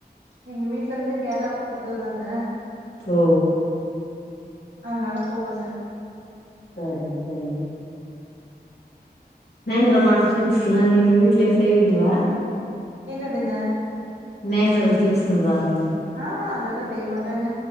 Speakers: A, on the right (about 80°); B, on the left (about 70°).
A: எங்க வீட்ல இருந்து கேர்ளா பக்கத்துல தாங்க
B: ஓ
A: அதனால போவங்க
B: சரி சரிங்க நேந்திரம்பழ சிப்ஸ்லா நீங்க வீட்லே செய்வீங்களா
A: என்னதுங்க
B: நேந்தர சிப்ஸுன்றாங்களே
A: ஆஹா அதெல்லா செய்ய மாட்டேங்க